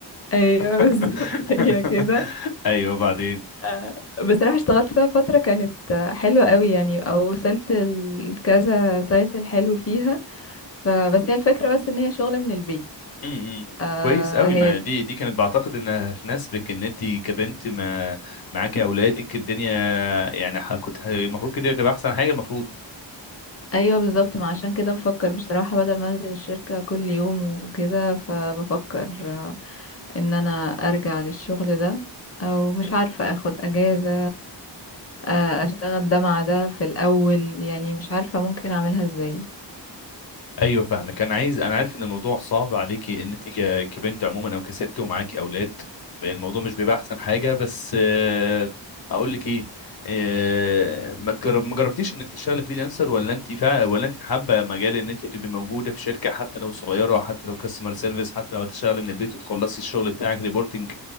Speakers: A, on the left; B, on the left.
A: ايوه <laughs> بالظبط
B: <laughs>
A: هي كده
B: ايوه بعدين
A: آه، بصراحة اشتغلت فيها فترة كانت آه، حلوة قوي يعني او وصلت لكذا تايتل حلو فيها فبس هي الفكرة بس ان هي شغل من البيت
B: امم
A: آه
B: كويس قوي
A: هي
B: ما
A: دي.
B: دي دي كانت بعتقد انها تناسبك ان انت كبنت ما معاكي اولادك الدنيا يعني ح- كنت ح- المفروض كده تبقى احسن حاجة المفروض
A: ايوه بالظبط ما عشان كده بفكر بصراحة بدل ما انزل الشركة كل يوم وكده فبفكر آه، ان انا ارجع للشغل ده او مش عارفة اخد اجازة آه، اشتغل ده مع ده في الاول يعني مش عارفة ممكن اعملها ازاي
B: ايوه فاهمك انا عايز انا عارف ان الموضوع صعب عليكي ان انت ك- كبنت عموما او كست ومعاكي اولاد الموضوع مش بيبقى احسن حاجه بس آه، اقول لك ايه آه، ما تجرب ما جربتيش انك تشتغلي فريلانسر ولا انت فع... ولا انت حابه مجال ان انت تبقي موجوده في شركه حتى لو صغيره حتى لو كاستمر سيرفيس حتى لو هتشتغلي من البيت وتخلصي الشغل بتاعك ريبورتنج